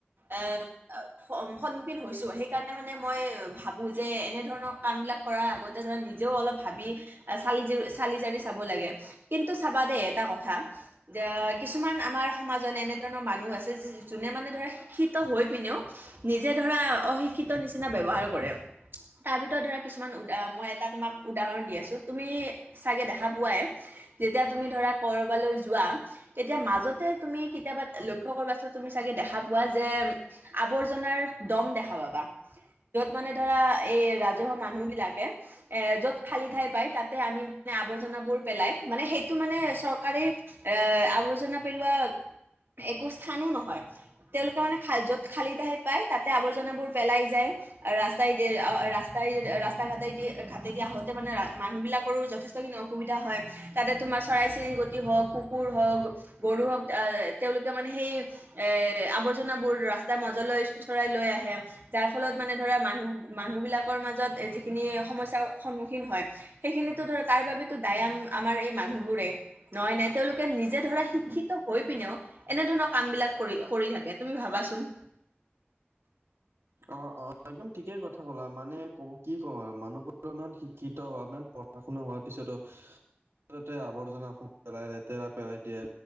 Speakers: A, on the right; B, on the right.
A: আ সন্মুখীন হৈছোঁ সেইকাৰণে মানে মই ভাবোঁ যে এনেধৰণৰ কামবিলাক কৰাৰ আগত ধৰা নিজেও অলপ ভাবি চালি জ চালি জাৰি চাব লাগে। কিন্তু চাবা দেই এটা কথা, যে কিছুমান আমাৰ সমাজত এনেধৰণৰ মানুহ আছে যোনে মানে ধৰা শিক্ষিত হৈ পিনেও নিজে ধৰা অশিক্ষিত নিচিনা ব্যৱহাৰ কৰে তাৰ ভিতৰত ধৰা কিছুমান উদা মই এটা তোমাক উদাহৰণ দি আছো তুমি চাগে দেখা পোৱাই যেতিয়া তুমি ধৰা কৰবালৈ যোৱা তেতিয়া মাজতে তুমি কেতিয়াবা লক্ষ্য কৰিবাচোন তুমি চাগে দেখা পোৱা যে আৱৰ্জনাৰ দম দেখা পাবা। যত মানে ধৰা এই ৰাজহুৱা মানুহ বিলাকে এ য'ত খালী ঠাই পায় তাতে আনি আৱৰ্জনাবোৰ পেলাই, মানে সেইটো মানে চৰকাৰে এ আৱৰ্জনা পেলোৱা একো স্থানো নহয়, তেওঁলোকে মানে খাল য'ত খালি ঠাই পায় তাতে আৱৰ্জনাবোৰ পেলাই যায়। ৰাস্তাইদি ৰাস্তাই ৰাস্তা ঘাটে-ঘাটে দিয়া আহোতে মানে মানুহ বিলাকৰো যথেষ্টখিনি অসুবিধা হয় তাতে তোমাৰ চৰাই চিৰিকটি হওক কুকুৰ হওক গৰু হওক এ তেওঁলোকে মানে সেই এ আৱৰ্জনাবোৰ ৰাস্তাৰ মাজলৈ চোচৰাই লৈ আহে যাৰ ফলত মানে ধৰা মানুহ মানুহ বিলাকৰ মাজত যিখিনি সমস্যাৰ সন্মুখীন হয় সেইখিনিতো ধৰ তাৰ বাবেতো দায়াম আমাৰ এই মানুহবোৰে নহয় নে তেওঁলোকে নিজে ধৰা শিক্ষিত হৈ পিনেও এনেধৰণৰ কাম বিলাক কৰি কৰি থাকে তুমি ভাবাচোন
B: অ অ একদম ঠিকেই কথা ক'লা মানে ক'ব কি ক'ম আৰু মানুহবোৰো ইমান শিক্ষিত বা ইমান প পঢ়া শুনা হোৱাৰ পিছতো যতে ততে আৱৰ্জনা বোৰ পেলাই লেতেৰা পেলাই দিয়ে